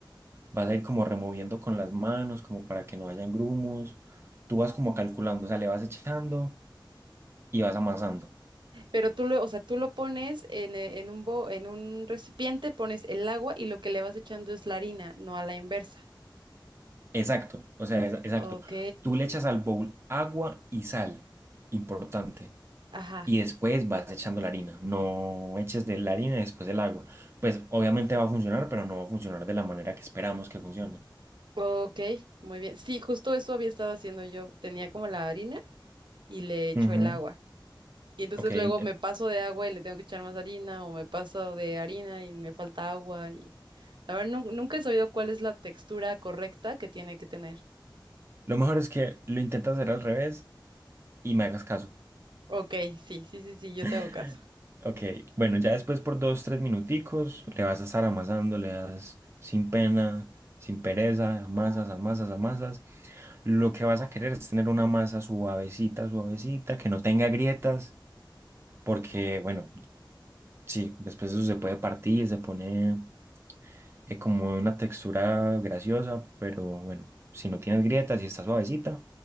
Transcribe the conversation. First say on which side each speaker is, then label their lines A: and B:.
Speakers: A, on the right; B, on the right.
A: Vas a ir como removiendo con las manos, como para que no hayan grumos. Tú vas como calculando, o sea, le vas echando y vas amasando.
B: Pero tú lo, o sea, tú lo pones en, e- en un bo- en un recipiente, pones el agua y lo que le vas echando es la harina, no a la inversa.
A: Exacto, o sea, es- exacto.
B: Ok,
A: Tú le echas al bowl agua y sal, importante.
B: ajá.
A: Y después vas echando la harina. No eches de la harina después del agua. Pues obviamente va a funcionar, pero no va a funcionar de la manera que esperamos que funcione.
B: Ok, muy bien. Sí, justo eso había estado haciendo yo. Tenía como la harina y le echo
A: Ujú,
B: el agua. Y entonces
A: Ok, eh,
B: luego me paso de agua y le tengo que echar más harina, o me paso de harina y me falta agua. A ver, nun- nunca he sabido cuál es la textura correcta que tiene que tener.
A: lo mejor es que lo intentas hacer al revés y me hagas caso.
B: Ok, sí, sí, sí, sí, yo
A: <laughs>
B: te hago caso.
A: Ok, bueno, ya después por dos, tres minuticos le vas a estar amasando, le das sin pena, sin pereza, amasas, amasas, amasas Lo que vas a querer es tener una masa suavecita, suavecita, que no tenga grietas, porque, bueno, sí, después eso se puede partir, se pone eh, como una textura graciosa, pero bueno, si no tienes grietas y está suavecita,